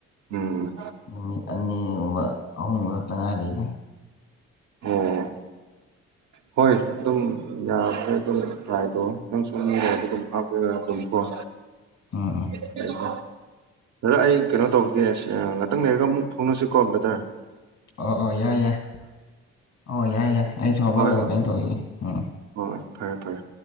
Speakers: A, on the right (about 65°); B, on the left (about 60°).
A: ꯎꯝ
B: ꯅꯨꯃꯤꯠ ꯑꯅꯤꯒꯨꯝꯕ ꯑꯍꯨꯝꯒꯨꯝꯕ ꯈꯛꯇ ꯉꯥꯏꯔꯤꯗ
A: ꯑꫭ ꯍꯣꯏ ꯑꯗꯨꯝ ꯌꯥ꯭ꯔꯦ ꯑꯗꯨꯝ ꯇ꯭ꯔꯥꯏꯗꯣ ꯅꯪ ꯁꯨꯝꯔꯗꯤ ꯑꯗꯨꯝ ꯍꯥꯞꯄ ꯑꯗꯨꯝ ꯀꫭ
B: ꯎꯝ
A: <inaudible>
B: ꯎꯝ
A: ꯕꯗꯔ ꯑꯩ ꯀꯩꯅꯣ ꯇꯧꯔꯒꯦ ꯉꯥꯛꯇꯪ ꯂꯩꯔꯒ ꯑꯃꯨꯛ ꯐꯥꯎꯅꯁꯤꯀꯣ ꯕꯗꯔ
B: ꯑꯣ ꯑꯣ ꯌꯥꯏ ꯌꯥꯏ ꯑꯣ ꯌꯥꯏ ꯌꯥꯏ ꯑꯩꯁꯨ ꯍꯧꯒꯠꯂꯒ
A: ꯍꯣꯏ
B: ꯀꯩꯅꯣ ꯇꯧꯔꯤꯋꯤꯒꯦꯎꯝ
A: ꯍꯣꯏ ꯍꯣꯏ ꯐꯔꯦ ꯐꯔꯦ